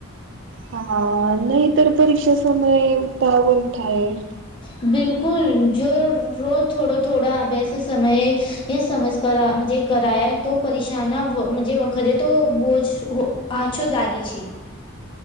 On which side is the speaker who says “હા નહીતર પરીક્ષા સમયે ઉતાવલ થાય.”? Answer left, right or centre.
Right